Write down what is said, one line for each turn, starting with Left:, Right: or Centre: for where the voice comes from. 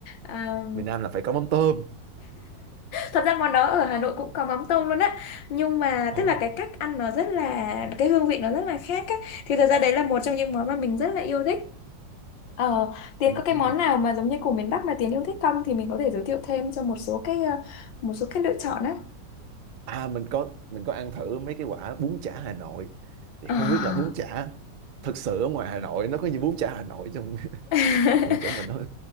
Left: Ờ,
Right: Miền Nam là phải có mắm tôm.
Left: Thật ra món đó ở Hà Nội cũng có mắm tôm luôn á Nhưng mà
Right: Ồ.
Left: tức là cái cách ăn nó rất là Cái hương vị nó rất là khác á Thì thật ra đấy là một trong những món mà mình rất là yêu thích Ờ, Tiến
Right: Ừ.
Left: có cái
Right: ừ.
Left: món nào mà giống như của miền Bắc mà Tiến yêu thích không Thì mình có thể giới thiệu thêm cho một số cái ờ, Một số cái lựa chọn á
Right: À mình có mình có ăn thử mấy cái quả bún chả Hà Nội. Thì
Left: À.
Right: không biết là bún chả thực sự ở ngoài Hà Nội nó có như bún chả Hà Nội trong <laughs>
Left: <laughs>
Right: trong chỗ mình không?